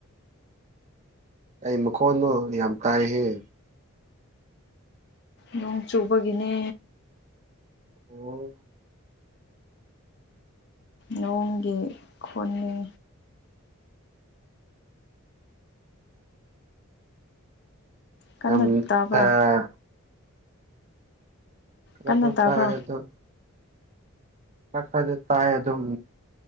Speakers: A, on the right; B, on the left.
A: ꯀꯩ ꯃꯈꯣꯟꯅꯣ ꯌꯥꯝ ꯇꯥꯏꯍ‌ꯦ
B: ꯅꯣꯡ ꯆꯨꯕꯒꯤꯅꯦ
A: ꯑꯣ
B: ꯅꯣꯡꯒꯤ ꯈꯣꯟꯅ‌ꯦ ꯀꯟꯅ
A: ꯌꯥꯝ
B: ꯇꯥꯕ꯭ꯔꯥ
A: ꯑꯥ ꯈ꯭ꯔꯛ
B: ꯀꯟꯅ
A: ꯈ꯭ꯔꯛ
B: ꯇꯥꯕ꯭ꯔꯥ
A: ꯇꯥꯏ ꯑꯗ‌ꯣ ꯈꯔ ꯈ꯭ꯔꯗꯤ ꯇꯥꯏ ꯑꯗꯨꯝ